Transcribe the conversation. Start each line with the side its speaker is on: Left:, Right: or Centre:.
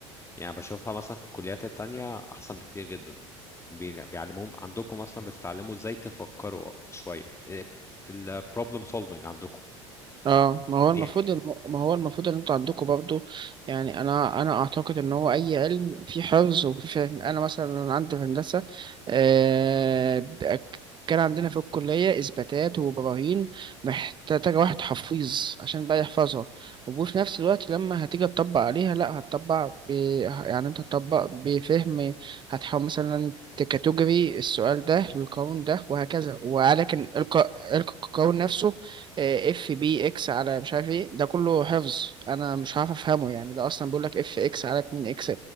Left: يعني بشوفها مثلا في الكليات التانية احسن بكتير جدا بي- بيعلموهم عندكم اصلا بتتعلموا ازاي تفكروا شويه البروبلم سولفنج عندكم
Right: اه ما هو المفروض
Left: دي ح-
Right: إن هو- ما هو المفروض ان انتوا عندكم برضو يعني انا انا اعتقد ان هو اي علم فيه حفظ وفيه فهم انا مثلا انا عندي في هندسه آه ب- كان عندنا في الكليه اثباتات وبراهين محتاجه واحد حفيظ عشان بقى يحفظها وفي نفس الوقت لما هتيجي تطبق عليها لا هتطبق ب... يعني انت تطبق بفهم هتحاول مثلا تكاتيجوري السؤال ده للقانون ده وهكذا ولكن الق... القانون نفسه اف بي اكس على مش عارف ايه ده كله حفظ انا مش عارف افهمه يعني ده اصلا بيقول لك اف اكس على 2 اكس